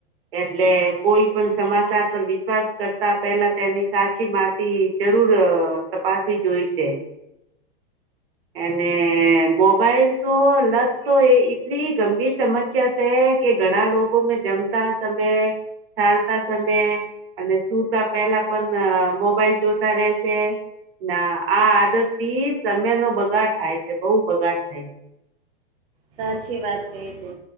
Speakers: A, on the right; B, on the right.
A: એટલે કોઈ પણ સમાચાર પર વિશ્વાસ કરતા પેલા તેની સાચી માહિથી જરૂર તપાસવી જોઈ સે અને મોબાઈલ તો લત તો એ એટલી ગંભીર સમસ્યા છે કે ઘણા લોકો મે જમતા સમય ચાલતા સમય અને સુુંતા પેલા પણ મોબાઈલ જોતા રેશે ના આ આદતી સમય નો બગાડ થાય છે બહુ બગાડ થાય છે
B: સાચી વાત કહે છે